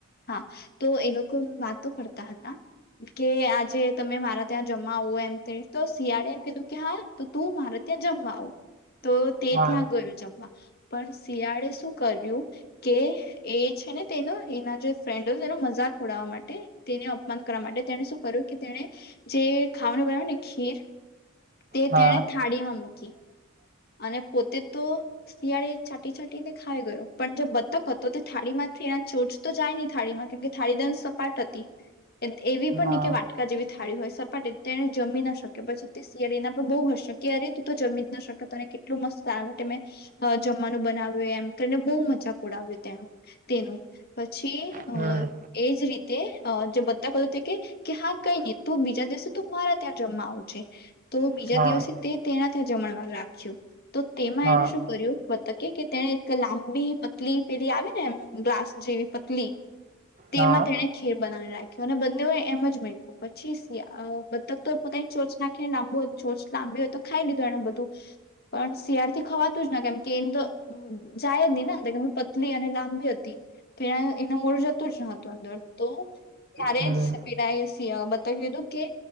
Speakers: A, on the left (about 50°); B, on the right (about 40°).
A: હા તો એ લોકો વાતો કરતા હતા કે આજે તમે મારા ત્યાં જમવા આવો એમ થ તો શિયાળે એમ કીધું કે હા તું મારે ત્યાં જમવા આવ. તો તે
B: હા
A: ત્યાં ગયો જમવા પણ શિયાળે શું કર્યું કે એ છે ને તેનો એના જે ફ્રેન્ડ હોય તેનો મજાક ઉડાવવા માટે તેને અપમાન કરવા માટે તેને શું કર્યું કે તેને જે ખાવાનું બનાવ્યું ને ખીર તે
B: હા
A: તેણે થાળીમાં મૂકી અને પોતે તો શિયાળે છાંટી છાંટી ને ખાઈ ગયો પણ જો બ તો કત તે થાળી માથી એના ચોચ તો જાય ન થાળીમાં કેમ કે થાળીદ સપાટ હતી એ
B: હા
A: નીચે વાટકા જેવી થાળી હોય છ સપાટી તેને જમી ના શકે પછી શિયાળ ના પણ બઉ હશે કેયારે તું તો જમી જ ના શક તને કેટલું મસ્ તાર માટે મેં જમવાનું બનાવ્યું એમ કરીને બહુ મજાક ઉડાવ્યું તેનું. તેનું પછી
B: હમ
A: અ એજ રીતે અ જે બ <unintelligible> કે હા કઈ નહી તું બીજા દિવસે તો મારા ત્યાં જમવા આવજે. તો બીજા
B: હા
A: દિવસે તે તેના જમણવાર રાખ્યું. તો તેમાં
B: હા
A: એને શું કર્યું કે કે તેને એક લાંબી પતલી પેલી આવે ને એ ગ્લાસ જેવી પતલી તેમાં
B: હા
A: તેને ખીર બનાવી રાખી કે અને બંને એમ <unintelligible> બતક તો પોતા ચોચ નાખીને લાંબો ચોચ લાંબી હોય તો ખાઈ લીધું એને બધું પણ શિયાળ થી ખવાતું જ ના કેમ કે એને તો જાય જ નને અર કે પતલી અને લાંબી હતી તો એ એના મોડ જતું જ ન હતું અંદર તો ત્યારે
B: હમ
A: બતાવીધું કે